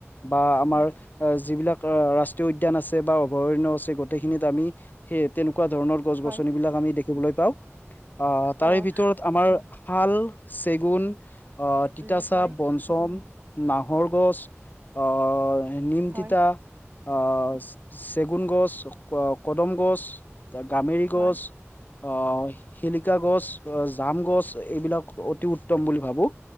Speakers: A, on the left; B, on the right.
A: বা আমাৰ,
B: হয়,
A: আহ' যিবিলাক ৰাষ্ট্ৰীয় উদ্যান আছে বা অভয়াৰণ্য আছে গোটেইখিনিত আমি- সেই তেনেকুৱা ধৰণৰ গছ
B: হয়।
A: গছনিবিলাক আমি দেখিবলৈ পাওঁ। আহ তাৰে
B: অ',
A: ভিতৰত- আমাৰ শাল, চেগুন, অ' তিতাচা,
B: উম, হয়,
A: বনচু চম, নাহৰ গছ আহ' নিম
B: হয়,
A: তিতা- আহ' চে-চেগুন গছ, ক- কদম গছ, গামেৰী
B: হয়,
A: গছ- অ' শিলিকা গছ, জাম গছ এইবিলাক অতি উত্তম বুলি ভাবোঁ।